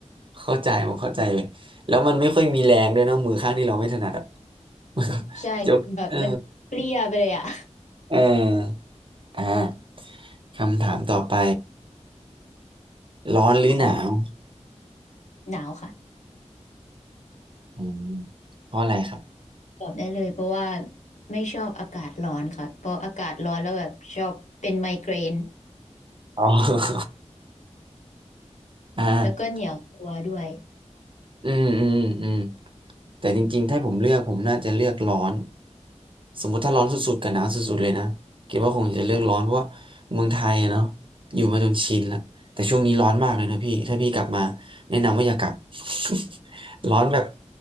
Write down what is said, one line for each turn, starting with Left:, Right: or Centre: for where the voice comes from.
Right: เข้าใจผมเข้าใจเลยแล้วมันไม่ค่อยมีแรงด้วยนะมือข้างที่เราไม่ถนัดอ่ะ <laughs> มันก็
Left: ใช่แบบมันเปรี้ยไปเลยอ่ะ
Right: ยกเออเอออ่าคำถามต่อไปร้อนหรือหนาว
Left: <laughs> ขอหนาวค่ะ
Right: อืมเพราะอะไรครับ
Left: ตอบได้เลยเพราะว่าไม่ชอบอากาศร้อนค่ะเพราะอากาศร้อนแล้วแบบชอบเป็นไมเกรน
Right: อ๋อ <laughs> อ่า
Left: แล้วก็เหนียวตัวด้วย
Right: อืมอืมอืมแต่จริงๆถ้าผมเลือกผมน่าจะเลือกร้อนสมมุติถ้าร้อนสุดๆกับหนาวสุดๆเลยนะคิดว่าคงจะเลือกร้อนเพราะว่าเมืองไทยอะเนาะอยู่มาจนชินแล้วแต่ช่วงนี้ร้อนมากเลยนะพี่ถ้าพี่กลับมาแนะนำว่าอย่ากลับ <laughs> ร้อนแบบ